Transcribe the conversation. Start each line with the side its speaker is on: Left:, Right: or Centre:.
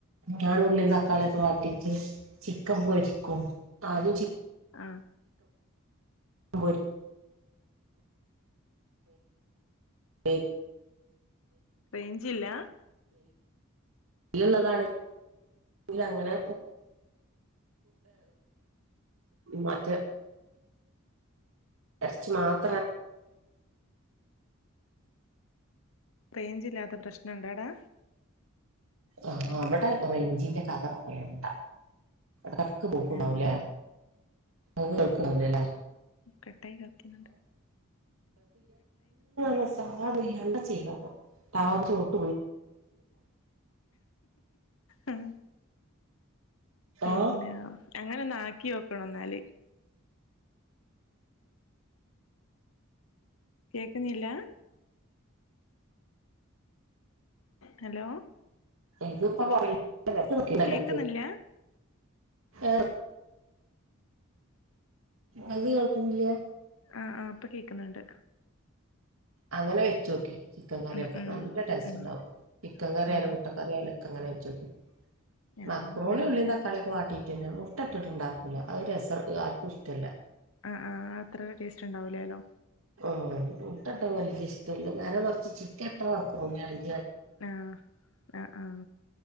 Right: ഞാൻ ഉള്ളീം തക്കാളിയൊക്കെ വാട്ടി ചെ ചിക് ക്കൻ പോരിക്കും ആദ്യം ചിക്
Left: ആഹ
Right: വ ശ
Left: േഞ്ചില്ല
Right: ള്ളതാണ് അങ്ങനെ മറ്റേ ഇറച്ച മാത്ര
Left: റേഞ്ച് ഇില്ലാത്ത പ്രശ്നം ഇണ്ടാടാ
Right: ആ അവിടെ റെഞ്ജിന്റെ കഥ പറയണ്ട ടക്ക് പോൊക്കണ്ടാവൂലേ
Left: ആഹ്
Right: അ കേൾക്കാവല്ലല്ല
Left: കെട്ടായി കക്കുന്നുണ്ട്
Right: ന സാധാ പിണ്ട ചെയ ത
Left: ആഹ പിന്നെ
Right: ആ
Left: അങ്ങനെ ഒന്ന് ആാക്കിോക്കണ എന്നാല് കേക്കുന്നില്ല ഹലോ
Right: എത് ഇപ്പൊ പററയുംൂ
Left: കേക്കുന്നില്ല
Right: ക്ക് ഏ അ കേഴക്കുന്നില്ല
Left: ആഹ ആ അപ്പൊ കേക്കുന്നുണ്ട്
Right: അങ്ങനെ വെച്ചോക്കെ ചിക്കൻ കറിയൊക്കെ
Left: ഉം ഉം
Right: നല്ല ടേസ്റ്റ്
Left: ഉം
Right: ഉണ്ടാവും ചിക്കൻ കറിയാലും
Left: ആഹ്
Right: മുട്ട കറിയാലും അങ്ങനെ വെച്ചോക്കെ
Left: ആഹ്
Right: നുറോളി
Left: അങ്ങനെ വെച്ച്
Right: ഉള്ളി
Left: നോക്കണം
Right: തക്കാളിയൊക്കെ വാട്ടിയിട്ട് ഇട്ട്ടിട്ട് ഇണ്ടാകൂല അത് രസം ആർക്കും ഇഷ്ടമല്ല
Left: ആ ആ അത്ര ടേസ്റ്റ് ഉണ്ടാവൂലേല്ലോ
Right: ഓ മുട്ട ഇട്ട ഓർക്ക് ഇഷ്ടല്ല നേരെ മറിച്ച് ചിക്കൻ ഇട്ട കുഴപ്പൊന്നുമില്ല
Left: ആ ആ ആ